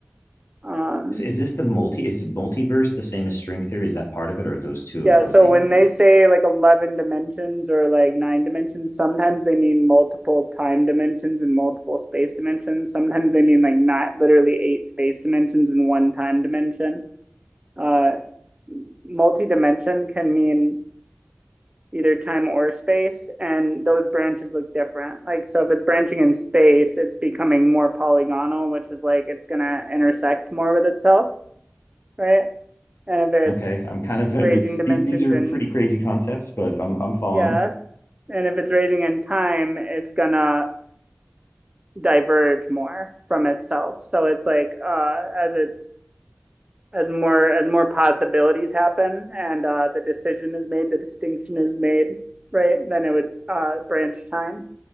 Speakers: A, on the right (about 25°); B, on the left (about 85°).
A: Um,
B: So is this the multi? Is multiverse the same as string theory? Is that part of it, or are those two
A: yeah,
B: opposing
A: so when
B: views?
A: they say like 11 dimensions or like nine dimensions, sometimes they mean multiple time dimensions and multiple space dimensions. Sometimes they mean like not literally eight space dimensions and one time dimension. Uh, multi dimension can mean either time or space, and those branches look different. Like, so if it's branching in space, it's becoming more polygonal, which is like it's going to intersect more with itself, right? And if it's
B: Okay, I'm kind of.
A: raising
B: I mean,
A: dimensions
B: these these are
A: in,
B: pretty crazy concepts, but I'm I'm following.
A: yeah, and if it's raising in time, it's going to diverge more from itself. So it's like uh, as it's as more as more possibilities happen and uh, the decision is made, the distinction is made, right? Then it would uh, branch time.